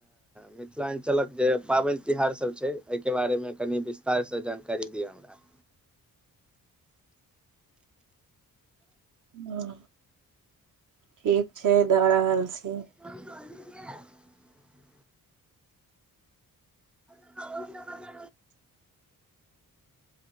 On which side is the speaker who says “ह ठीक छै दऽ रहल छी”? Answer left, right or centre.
Right